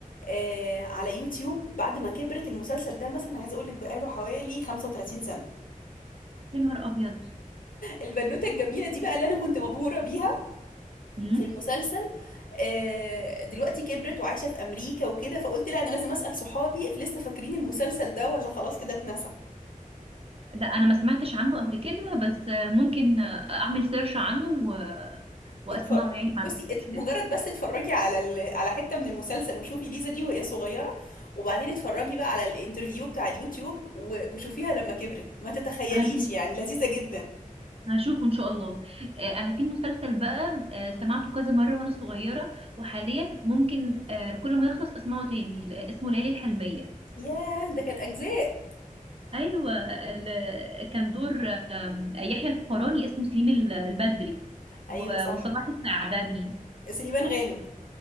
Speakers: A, on the left; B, on the right.
A: آه على يوتيوب بعد ما كبرت المسلسل ده مثلا عايزه اقول لك بقاله حوالي 35 سنه
B: يا نهار ابيض
A: البنوته الجميله دي بقى اللي انا كنت مبهوره بيها
B: مم.
A: في المسلسل آه، دلوقتي كبرت وعايشه في امريكا وكده فقلت لا انا لازم اسال صحابي if لسه فاكرين المسلسل ده ولا خلاص كده اتنسى
B: لا انا ما سمعتش عنه قبل كده بس آه، ممكن آه، اعمل سيرش عنه و... واسمعه
A: اتفر...
B: يعني ما
A: بصي
B: عنديش
A: ات...
B: مشكلة
A: مجرد بس اتفرجي على ال... على حتة من المسلسل وشوفي ليزا دي وهي صغيرة وبعدين اتفرجي بقى على الانترفيو بتاع اليوتيوب و... وشوفيها لما كبرت ما تتخيليش
B: هشوف
A: يعني لذيذة جدا
B: هشوفه ان شاء الله آه انا في مسلسل بقى آه سمعته كذا مرة وانا صغيرة وحاليا ممكن آه كل ما يخلص اسمعه تاني لا، اسمه ليالي الحلمية
A: ياه ده كان أجزاء
B: ايوه ال- كان دور آم، يحيى الفخراني اسمه سليم ال- البدري و-
A: أيوة صح
B: وصلاح السعدني
A: سليمان غانم